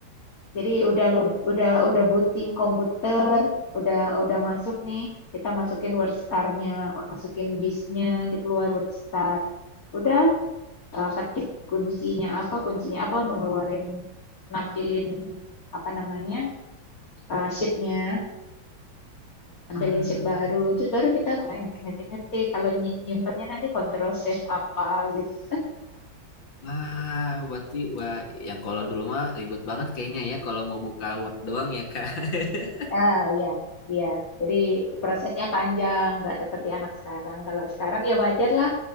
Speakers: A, on the left; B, on the left.
A: jadi udah lu- udah udah booting komputer udah udah masuk nih kita masukin Word Star-nya masukin disknya dikeluar Word Star udah eh, ketik kuncinya apa kuncinya apa untuk ngeluarin nampilin apa namanya eh, sheet-nya ambilin
B: Hmm.
A: sheet baru terus baru kita mulai ngetik ngetik ngetik kalau ny- nyimpennya nanti kontrol save apa gitu
B: Wah, berarti wah yang kalau dulu mah ribet banget kayaknya ya kalau mau buka Word doang ya kak. <laughs>
A: Ah, iya, iya. Jadi prosesnya panjang, nggak seperti anak sekarang. Kalau sekarang ya wajar lah,